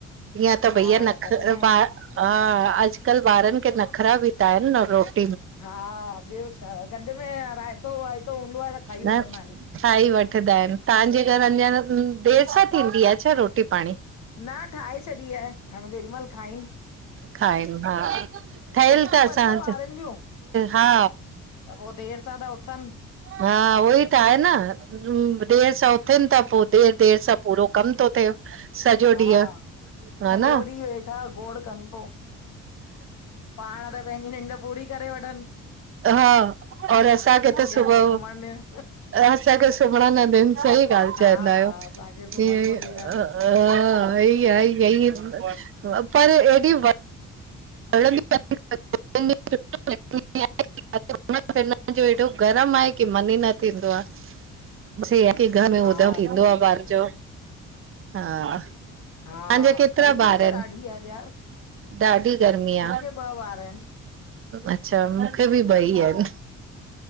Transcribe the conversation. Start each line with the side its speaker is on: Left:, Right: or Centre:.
Right: ईअं त
Left: हा
Right: भईया नख
Left: गॾ
Right: ह
Left: में
Right: अॼकल ॿारन खे नख़रा ॿि ता आयन न रोट
Left: हा ॿयो छा गंंॾ में रायतो-वायतो हूंदो आ त खाई
Right: न
Left: वठंदा आयन।
Right: खाई वठंदा आयन तांॼे घर अञा देर सां थींदी आ छा रोटी पाणी?
Left: न ठाये छॾी आये हाणे जेॾी मल खाइन।
Right: खाइ हा ठयल
Left: छुटियूं
Right: त असां
Left: आहिनि न ॿारनि जूं
Right: हा।
Left: त उयो देर सा उथन।
Right: हा उई त आये न। देरि सां उथन ता पोइ देर-देर सां पो कम थो थिए सॼो
Left: हा
Right: ॾींअ ह
Left: सॼो
Right: ना?
Left: ॾींहुं वेठा घोड़ कनि पो, पाण त पेंॼी निंड पूरी करे वठन।
Right: हा और असांखे त सुबअ
Left: पो सुम्हण ॾियण,
Right: असांखे। सुमण न ॾिन सई ॻाल
Left: हा
Right: चाईंदा आयो
Left: असांखे सुम्हण
Right: ईअ।
Left: कोन ॾींदा आहिन।
Right: हा इ आये-आये ई पर हेएॾी। <inaudible> <unintelligible> हेॾो गरम आये की मन ई न थींदो आये। की घर में उधम
Left: हा
Right: थींदो
Left: सही
Right: आ
Left: ॻाल्हि
Right: ॿार ॼो हा। तांजा
Left: आ, हा
Right: केतरा
Left: गर्मी
Right: ॿार
Left: बि त
Right: आयन
Left: ॾाढी आहे ॿयार।
Right: ॾाढी गर्मी आ
Left: मूंखे ॿ ॿार आयन।
Right: अच्छा मूंखे ॿि ॿई आयन।